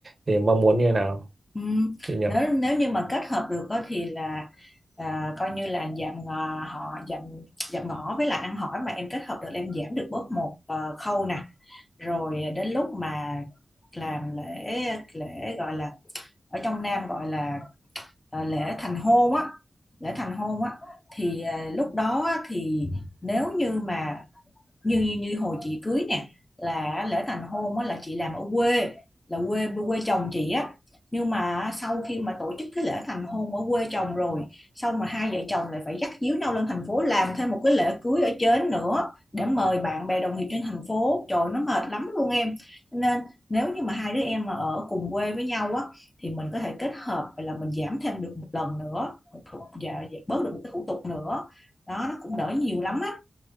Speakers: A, on the right; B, on the left.
A: thì mong muốn như thế nào
B: ừ.
A: chị nhỉ
B: nếu nếu như mà kết hợp được á thì là à, coi như là giảm ngò họ giảm giảm ngõ với lại ăn hỏi mà em kết hợp được là em giảm được bớt một ờ, khâu nè rồi đến lúc mà làm lễ lễ gọi là ở trong Nam gọi là ờ, lễ thành hôn á lễ thành hôn á thì ờ, lúc đó á, thì nếu như mà như như như hồi chị cưới nè là lễ thành hôn á là chị làm ở quê là quê quê chồng chị á nhưng mà sau khi mà tổ chức cái lễ thành hôn ở quê chồng rồi sau mà hai vợ chồng lại phải dắt díu nhau lên thành phố làm thêm một cái lễ cưới ở trên nữa để mời bạn bè đồng nghiệp trên thành phố trời nó mệt lắm luôn em nên nếu như mà hai đứa em mà ở cùng quê với nhau á thì mình có thể kết hợp vậy là mình giảm thêm được một lần nữa một thủ, dạ, dạ, bớt được một cái thủ tục nữa đó nó cũng đỡ nhiều lắm á